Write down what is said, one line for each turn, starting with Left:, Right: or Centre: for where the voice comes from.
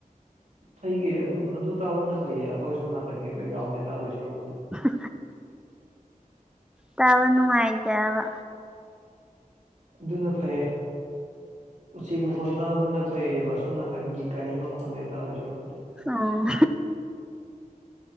Right: ꯐꯩꯌꯦ ꯑꯗꯨ ꯑꯗꯨ ꯇꯥꯕꯟꯗ ꯐꯩꯌꯦ ꯑꯩꯈꯣꯏ ꯁꯣꯝ ꯅꯥꯀꯟꯒꯤ ꯕꯦꯛꯒ꯭ꯔꯥꯎꯟꯁꯦ ꯇꯥꯗꯣꯏ ꯁꯣꯔꯨꯔꯛꯄꯗꯤ
Centre: ꯑ ꯇꯥꯕ ꯅꯨꯡꯉꯥꯏꯇꯦ ꯍꯥꯏꯕ
Right: ꯑꯗꯨꯅ ꯐꯩꯌꯦ ꯎꯆꯦꯛ ꯃꯈꯣꯟ ꯇꯥꯕꯗꯨꯅ ꯐꯩꯌꯦꯕ ꯁꯣꯝ ꯅꯥꯀꯟꯒꯤ ꯒꯥꯔꯤ ꯃꯈꯣꯟꯁꯦ ꯇꯥꯗꯣꯏ ꯁꯔꯨꯔꯛꯄꯨꯩ
Centre: ꯑꯣ